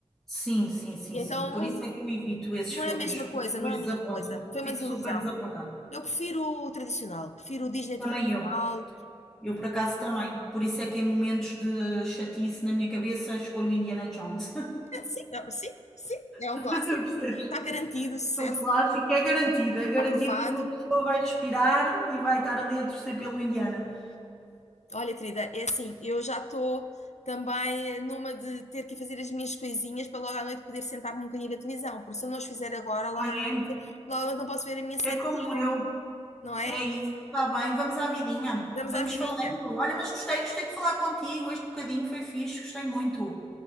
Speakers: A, in the centre; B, on the left.
A: Sim, sim, sim,
B: E
A: sim.
B: então
A: Por isso é que eu evito esses
B: não
A: filmes,
B: é a mesma
A: porque
B: coisa,
A: depois
B: não é a
A: desaponto-me.
B: mesma coisa. Foi
A: Fico
B: uma desilusão.
A: super desapontada.
B: Eu prefiro o tradicional, prefiro o Disney
A: Também
B: tradicional.
A: eu. Eu, por acaso, também. Por isso é que em momentos de chatice na minha cabeça escolho Indiana Jones.
B: É, Sim, é- sim, sim, é um
A: <laughs> Percebes?
B: clássico, está garantido, sucesso,
A: É um clássico, é garantido, é garantido
B: aprovado.
A: que uma pessoa vai respirar e vai estar ali a torcer pelo Indiana.
B: Olha, querida, é assim, eu já estou também numa de ter que fazer as minhas coisinhas para logo à noite poder sentar-me um bocadinho da televisão, porque se eu não as fizer agora, logo
A: Ah, é?
B: à noite, logo à noite não posso ver a minha sériezinha,
A: É como eu.
B: não é?
A: É isso. Está bem, vamos à vidinha.
B: Vamos
A: Vamos
B: à vidinha.
A: falando. Olha, mas gostei, gostei de falar contigo. Este bocadinho foi fixe, gostei muito.